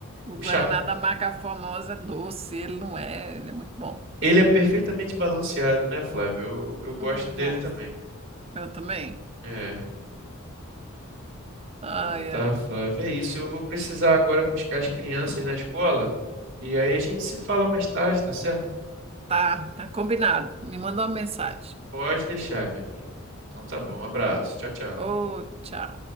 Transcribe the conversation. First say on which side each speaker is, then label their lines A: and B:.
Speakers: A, on the right; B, on the right.
A: O
B: O chap...
A: Guaraná da marca famosa é doce, ele não é, ele é muito bom.
B: Ele é perfeitamente balanceado, né, Flávio? Eu, eu gosto
A: Eu
B: dele
A: gosto.
B: também.
A: Eu também.
B: É.
A: Ai,
B: Então tá,
A: ai.
B: Flávio. É isso. Eu vou precisar agora buscar as crianças na escola. E aí a gente se fala mais tarde, tá certo?
A: Tá, tá combinado. Me manda
B: Então
A: uma mensagem.
B: pode deixar, meu amigo. Então tá bom. Abraço. Tchau, tchau.
A: Ô, tchau.